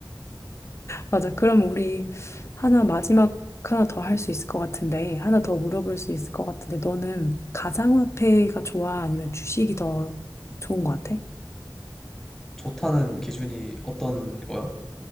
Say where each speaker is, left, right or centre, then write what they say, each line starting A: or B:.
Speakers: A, on the left; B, in the centre.
A: 맞아. 그럼 우리 하나 마지막 하나 더 할 수 있을 것 같은데, 하나 더 물어볼 수 있을 것 같은데, 너는 가상화폐가 좋아? 아니면 주식이 더 좋은 것 같아?
B: 좋다는 기준이 어떤 거야?